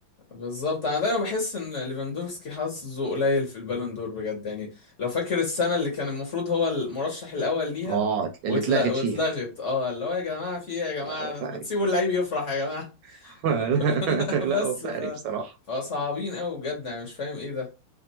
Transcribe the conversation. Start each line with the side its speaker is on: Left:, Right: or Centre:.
Left: بالظبط انا دايما بحس ان ليفاندوفسكي حظه قليل في البالون دور بجد يعني لو فاكر السنه اللي كان المفروض هو المرشح الاول ليها
Right: اه اللي
Left: واتل-
Right: اتلغت
Left: واتلغت
Right: فيها
Left: اه اللي هو يا جماعه في ايه يا جماعه
Right: لا هو فقري
Left: ما تسيبوا
Right: بصراحه
Left: اللعيب يفرح يا جماعه
Right: <laughs>
Left: <laughs>
Right: لا لا،
Left: بس
Right: هو فقري
Left: ف
Right: بصراحه
Left: فصعبين قوي بجد انا مش فاهم ايه ده